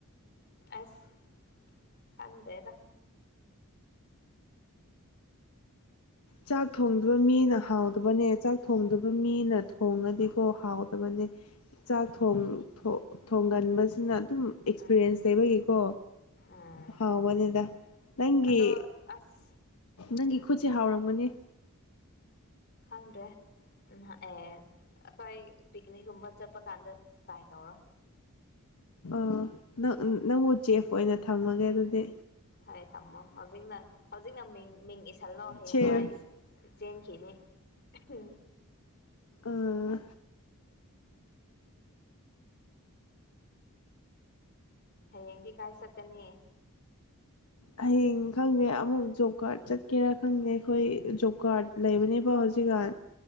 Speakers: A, on the left; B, on the left.
A: ꯑꯁ ꯈꯗꯦꯗ
B: ꯆꯥꯛ ꯊꯣꯡꯗꯕ ꯃꯤꯅ ꯍꯥꯎꯗꯕꯅꯦ ꯆꯥꯛ ꯊꯣꯡꯗꯕ ꯃꯤꯅ ꯊꯣꯡꯉꯗꯤꯀꯣ ꯍꯥꯎꯗꯕꯅꯦ ꯆꯥꯛ
A: ꯎꯝ
B: ꯊ ꯊꯣꯡꯒꯟꯕ ꯁꯤꯅ ꯑꯗꯨꯝ ꯑꯦꯛꯁꯄꯤꯔꯤꯌꯦꯟꯁ
A: ꯎꯝ
B: ꯂꯩꯕꯒꯤꯀꯣ
A: ꯎꯝ
B: ꯍꯥꯎꯕꯅꯤꯗ ꯅꯪꯒꯤ
A: ꯑꯗꯣ ꯑꯁ
B: ꯅꯪꯒꯤ ꯈꯨꯠꯁꯦ ꯍꯥꯎꯔꯝꯒꯅꯤ
A: ꯍꯪꯗ꯭ꯔꯦ ꯎꯝ ꯑꯦ ꯑꯩꯈꯣꯏ ꯄꯤꯛꯅꯤꯛꯀꯨꯝꯕ ꯆꯠꯄ ꯀꯥꯟꯗ ꯇ꯭ꯔꯥꯏ ꯇꯧꯔꯣ
B: ꯑꯣ ꯅꯪ ꯅꯪꯕꯨ ꯆꯦꯐ ꯑꯣꯏꯅ ꯊꯝꯃꯒꯦ ꯑꯗꯨꯗꯤ
A: ꯐꯣꯏ ꯊꯝꯃꯣ ꯍꯧꯖꯤꯛꯅ ꯍꯧꯖꯤꯛꯅ ꯃꯤꯡ ꯃꯤꯡ ꯏꯁꯤꯜꯂꯣ ꯍꯌꯦꯡꯋꯥꯏ
B: ꯆꯦꯐ
A: ꯆꯦꯟꯈꯤꯅꯤ ꯎ
B: ꯑꯥ
A: ꯍꯌꯦꯡꯗꯤ ꯀꯥꯏ ꯆꯠꯀꯅꯤ
B: ꯍꯌꯦꯡ ꯈꯪꯗꯦ ꯑꯃꯨꯛ ꯖꯣꯕ ꯀꯥꯔꯗ ꯆꯠꯀꯦꯔꯥ ꯈꯪꯗꯦ ꯑꯩꯈꯣꯏ ꯖꯣꯕ ꯀꯥꯔꯗ ꯂꯩꯕꯅꯦꯕ ꯍꯧꯖꯤꯛꯀꯥꯟ